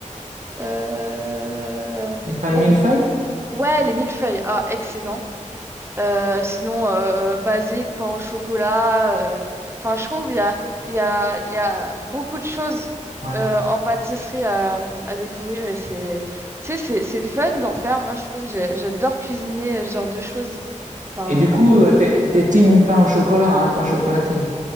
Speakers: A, on the right; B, on the right.
A: Euh,
B: Et pas
A: Bon,
B: mille
A: ouais, les millefeuilles. Ah, excellent. Euh, sinon, euh, basique, pain au chocolat. euh, Enfin, je trouve il y a, il y a, il y a beaucoup de choses
B: Ouais.
A: euh, en pâtisserie à, à découvrir et c'est, tu sais, c'est c'est fun d'en faire. Moi, je trouve, j'ai- j'adore cuisiner euh, ce genre de choses. Enfin,
B: Et du coup, euh, t'es t'es team pain au chocolat, hein, pas chocolatine.